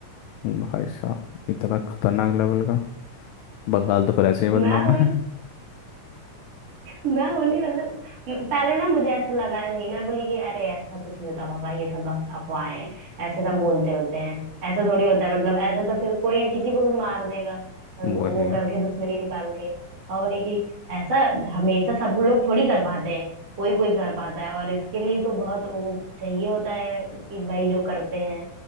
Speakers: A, on the left; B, on the right.
A: भाई साहब इतना खतरनाक लेवल का बंगाल तो फिर ऐसे ही बदनाम
B: मैं
A: है
B: मैं बोली मतलब म- पहले ना मुझे ऐसा लगा नहीं मैं बोली कि अरे ऐसा कुछ नहीं होता पापा ये सब बस अफवाहें हैं ऐसे सब बोलते बोलते हैं ऐसा थोड़ी होता है मतलब ऐसे तो फिर कोई किसी को भी मार देगा
A: <laughs>
B: वो
A: वही
B: करके दुश्मनी निकाल के और बोले कि ऐसा हमेशा सब लोग थोड़ी कर पाते हैं कोई कोई कर पाता है और इसके लिए तो बहुत वो चाहिए होता है कि भाई जो करते हैं